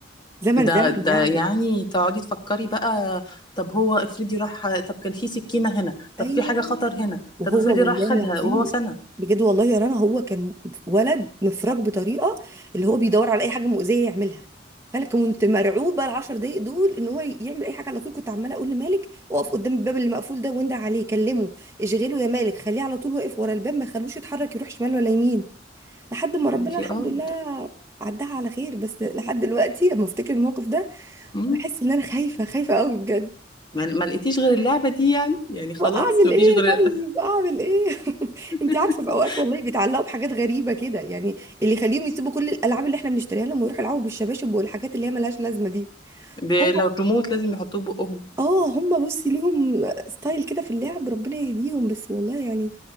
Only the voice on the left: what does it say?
ده
ده
يعني تقعدي تفكري بقى طب هو افرضي راح طب كان في سكينة هنا طب
في حاجة خطر هنا
طب افرضي
راح خدها
وهو سنة
وانتي
اه
بت-
مم.
ما ما لقيتيش غير اللعبة دي يعني يعني خلاص
مفيش
غير
<laughs>
ب-
لو الريموت لازم يحطوه بقهم